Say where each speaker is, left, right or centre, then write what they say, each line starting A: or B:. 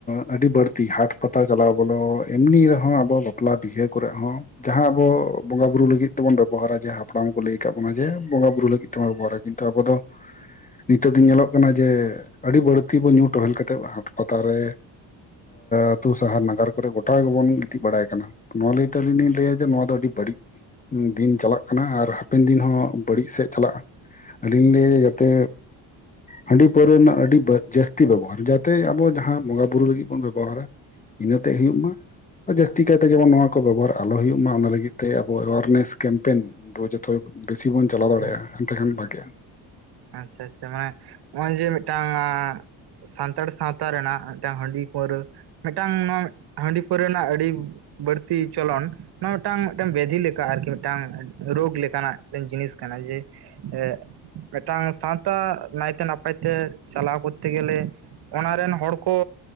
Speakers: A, on the left; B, on the right.
A: ᱟᱹᱰᱤ ᱵᱟᱹᱲᱛᱤ ᱦᱟᱴ ᱯᱟᱛᱟ ᱪᱟᱞᱟᱣ ᱵᱚᱞᱚ ᱮᱢᱱᱤ ᱨᱮᱦᱚᱸ ᱟᱵᱚ ᱵᱟᱯᱞᱟ ᱵᱤᱦᱟᱹ ᱠᱚᱨᱮ ᱦᱚᱸ ᱡᱟᱦᱟᱸ ᱟᱵᱚ ᱵᱚᱸᱜᱟ ᱵᱩᱨᱩ ᱞᱟᱹᱜᱤᱫ ᱛᱮᱵᱚᱱ ᱵᱮᱵᱚᱦᱟᱨᱟ ᱡᱮ ᱦᱟᱯᱲᱟᱢ ᱠᱚ ᱞᱟᱹᱭ ᱟᱠᱟᱫ ᱵᱚᱱᱟ ᱡᱮ ᱵᱚᱸᱜᱟ ᱵᱩᱨᱩ ᱞᱟᱹᱜᱤᱫ ᱦᱚᱵᱚᱨᱟ ᱠᱤᱱᱛᱩ ᱟᱵᱚ ᱫᱚ ᱱᱤᱛᱚᱜ ᱫᱚᱧ ᱧᱮᱞᱚᱜ ᱠᱟᱱᱟ ᱠᱟᱱᱟ ᱡᱮ ᱟᱹᱰᱤ ᱵᱟᱹᱲᱛᱤ ᱵᱚᱱ ᱧᱩ ᱴᱚᱦᱮᱞ ᱠᱟᱛᱮ ᱦᱟᱴ ᱯᱟᱛᱟᱨ ᱨᱮ ᱟᱛᱩ ᱥᱟᱦᱟᱨ ᱱᱟᱜᱟᱨ ᱠᱚᱨᱮ ᱜᱚᱴᱟ ᱜᱮᱵᱚᱱ ᱜᱤᱛᱤᱡ ᱵᱟᱲᱟᱭ ᱠᱟᱱᱟ ᱱᱚᱣᱟ ᱞᱟᱹᱭ ᱛᱮᱞᱤᱧ ᱞᱤᱧ ᱞᱟᱹᱭᱟ ᱡᱮ ᱱᱚᱣᱟ ᱫᱚ ᱟᱹᱰᱤ ᱵᱟᱹᱲᱤᱡ ᱫᱤᱱ ᱪᱟᱞᱟᱜ ᱠᱟᱱᱟ ᱟᱨ ᱦᱟᱯᱮᱱ ᱫᱤᱱ ᱦᱚᱸ ᱵᱟᱹᱲᱤᱡ ᱥᱮᱫ ᱪᱟᱞᱟᱜᱼᱟ ᱟᱹᱞᱤᱧ ᱞᱟᱹᱭ ᱡᱟᱛᱮ ᱦᱟᱺᱰᱤ ᱯᱟᱹᱣᱨᱟᱹ ᱨᱮᱱᱟᱜ ᱟᱹᱰᱤ ᱡᱟᱹᱥᱛᱤ ᱵᱮᱵᱚᱦᱟᱨ ᱡᱟᱛᱮ ᱟᱵᱚ ᱡᱟᱦᱟᱸ ᱵᱚᱸᱜᱟ ᱵᱩᱨᱩ ᱞᱟᱹᱜᱤᱫ ᱵᱚᱱ ᱵᱮᱵᱚᱦᱟᱨᱟ ᱤᱱᱟᱹᱛᱮ ᱦᱩᱭᱩᱜ ᱢᱟ ᱡᱟᱹᱥᱛᱤ ᱠᱟᱭᱛᱮ ᱡᱮᱢᱚᱱ ᱱᱚᱣᱟ ᱠᱚ ᱵᱮᱵᱚᱦᱟᱨ ᱟᱞᱚ ᱦᱩᱭᱩᱜ ᱢᱟ ᱚᱱᱟ ᱞᱟᱹᱜᱤᱫ ᱛᱮ ᱟᱵᱚ ᱮᱣᱟᱨᱱᱮᱥ ᱠᱮᱢᱯᱮᱱ ᱵᱮᱥᱤ ᱵᱚᱱ ᱪᱟᱞᱟᱣ ᱫᱟᱲᱮᱭᱟᱜᱼᱟ
B: ᱦᱮᱸ
A: ᱮᱱᱛᱮ ᱠᱷᱟᱱ ᱵᱷᱟᱜᱤᱼᱟ
B: ᱟᱪᱪᱷᱟ ᱟᱪᱪᱷᱟ ᱢᱟᱱᱮ ᱱᱚᱜᱼᱚᱭ ᱡᱮ ᱢᱤᱫᱴᱟᱝ ᱥᱟᱱᱛᱟᱲ ᱥᱟᱶᱛᱟ ᱨᱮᱱᱟᱜ ᱢᱤᱫᱴᱟᱝ ᱦᱟᱺᱰᱤ ᱯᱟᱹᱣᱨᱟᱹ ᱢᱤᱫᱴᱟᱝ ᱱᱚᱣᱟ ᱦᱟᱺᱰᱤ ᱯᱟᱹᱣᱨᱟᱹ ᱨᱮᱱᱟᱜ ᱟᱹᱰᱤ ᱵᱟᱹᱲᱛᱤ ᱪᱚᱞᱚᱱ ᱱᱚᱣᱟ ᱢᱤᱫᱴᱟᱝ ᱢᱤᱫᱴᱟᱝ ᱵᱮᱫᱷᱤ ᱞᱮᱠᱟ ᱟᱨᱠᱤ ᱢᱤᱫᱴᱟᱝ ᱨᱳᱜᱽ ᱞᱮᱠᱟᱱᱟᱜ ᱢᱤᱫᱴᱟᱝ ᱡᱤᱱᱤᱥ ᱠᱟᱱᱟ ᱡᱮ ᱦᱮᱸ ᱢᱤᱫᱴᱟᱝ ᱥᱟᱶᱛᱟ ᱱᱟᱭᱛᱮ ᱱᱟᱯᱟᱭ ᱛᱮ ᱪᱟᱞᱟᱣ ᱠᱚᱨᱛᱮ ᱜᱮᱞᱮ ᱚᱱᱟ ᱨᱮᱱ ᱦᱚᱲ ᱠᱚ